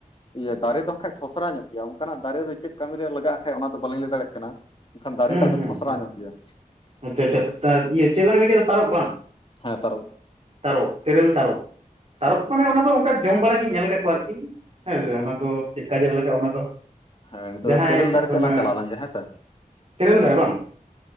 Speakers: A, on the left (about 35°); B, on the right (about 45°).
A: ᱤᱭᱟᱹ ᱫᱟᱨᱮ ᱫᱚ ᱦᱟᱸᱜ ᱠᱷᱟᱡ ᱴᱷᱚᱥᱨᱟ ᱧᱚᱜ ᱜᱮᱭᱟ ᱚᱝᱠᱟᱱᱟᱜ ᱫᱟᱨᱮ ᱫᱚ ᱪᱮᱫ ᱠᱟᱢᱤ ᱨᱮ ᱞᱟᱜᱟᱜᱼᱟ ᱠᱷᱟᱡ ᱚᱱᱟ ᱫᱚ ᱵᱟᱹᱞᱤᱧ ᱞᱟᱹᱭ ᱫᱟᱲᱮᱭᱟᱜ ᱠᱟᱱᱟ᱾ ᱮᱱᱠᱷᱟᱱ ᱫᱟᱨᱮᱴᱟᱜ
B: ᱦᱩᱸ ᱦᱮᱸ ᱦᱩᱸ
A: ᱫᱚ ᱴᱷᱚᱥᱨᱟ ᱧᱚᱜ ᱜᱮᱭᱟ
B: ᱟᱪᱪᱷᱟ ᱟᱪᱪᱷᱟ ᱤᱭᱟᱹ ᱪᱮᱫ ᱞᱟᱝ ᱢᱮᱱ ᱠᱮᱫᱟ ᱛᱟᱨᱚᱵ ᱵᱟᱝ ᱾
A: ᱦᱮᱸ ᱛᱟᱨᱚᱵ᱾
B: ᱛᱟᱨᱚᱵ ᱛᱮᱨᱮᱞ ᱛᱟᱨᱚᱵ ᱛᱟᱨᱚᱵ
A: ᱦᱮᱸ
B: ᱢᱟᱱᱮ ᱚᱱᱟ ᱫᱚ ᱚᱱᱠᱟ ᱡᱚᱢ ᱵᱟᱲᱟ ᱜᱤᱧ ᱧᱮᱞ ᱟᱠᱟᱫ ᱠᱚᱣᱟ ᱟᱨᱠᱤ᱾ ᱦᱮᱸᱥᱮ ᱚᱱᱟ ᱫᱚ ᱪᱮᱫᱠᱟ ᱡᱮᱞ ᱞᱟᱜᱟᱜᱼᱟ ᱚᱱᱟ ᱫᱚ
A: ᱦᱮ ᱱᱤᱛᱚᱜ
B: ᱡᱟᱦᱟᱸᱭ
A: ᱫᱚ ᱛᱮᱹᱨᱮᱹᱞ
B: ᱥᱟᱵ
A: ᱫᱟᱨᱮ
B: ᱠᱟᱜ
A: ᱥᱮᱫ
B: ᱢᱮ
A: ᱞᱟᱝ ᱪᱟᱞᱟᱣ ᱞᱮᱱ ᱜᱮ ᱦᱮᱸ ᱥᱮ
B: ᱛᱮᱨᱮᱞ ᱫᱟᱨᱮ ᱵᱟᱝ